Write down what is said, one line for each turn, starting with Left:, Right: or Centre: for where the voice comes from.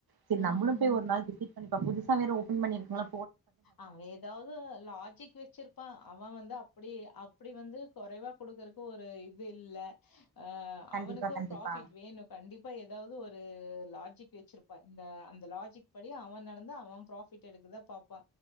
Right: செரி
Left: ம்
Right: நம்மளு
Left: ம்
Right: போய் ஒரு நாள் விசிட் பண்ணி பாப் புதுசா வேற ஓபன் பண்ணிருக்கல
Left: அவுங் எதாவ்து லாஜிக் வச்சிருப்பா அவ வந்து அப்டி அப்டி வந்து கொறைவா குடுக்குறக்கு ஒரு இது இல்ல ஆஹ
Right: கண்டிப்பா
Left: அவனுக்கூ
Right: கண்டிப்பா
Left: ப்ராஃபிட் வேணு கண்டிப்பா எதாவ் கு ஒரு லாஜிக் வச்சிருப்பா இந்த அந்த லாஜிக் படி அவ நடந்து அவ ப்ராஃபிட் எடுக்கதா பாப்பா